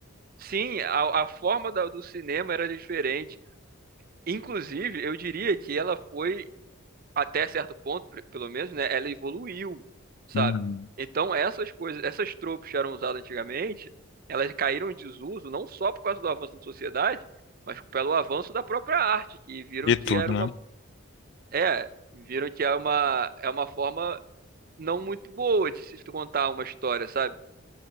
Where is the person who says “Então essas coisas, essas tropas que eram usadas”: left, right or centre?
Right